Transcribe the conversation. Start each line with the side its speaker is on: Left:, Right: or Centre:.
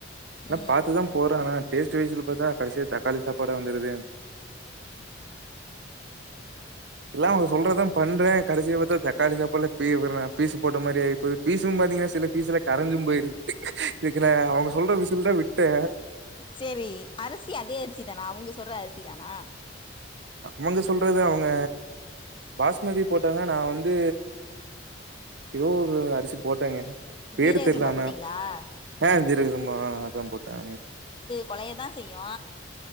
Right: எல்லா
Left: ம்
Right: பாத்துதா போட்றே டேஸ்ட் வயசுல பாத்தா கடைசியா தக்காளி சா பாடா வந்துடுது எல்லா அவங்க சொல்றதா பண்றே கடைசில பாத்தா தக்காளி சாப்பாட்ல பீ பீசு போட்ட மாரியாயிபேயிருது பீசும் பாத்தீங்கனா சில பீசு கரைஞ்சும் போயிருது இதுக்குன அவங்க சொல்ற விசில் தா விட்டே
Left: சேரி அரிசி அதே அரிசி தானா அவங்க சொல்ற அரிசி தானா
Right: அவங்க சொல்றது அவங்க பாஸ்மதி போட்டாங்க நா வந்து ஏதோ ஒரு அரிசி போட்டேங்க பேரு
Left: ஜீரக
Right: தெரில
Left: சம்பா
Right: ஆனா
Left: போட்டீங்களா
Right: அ ஜீரகசம்பா ஆ அதா போட்டே
Left: கொழய தா செய்யு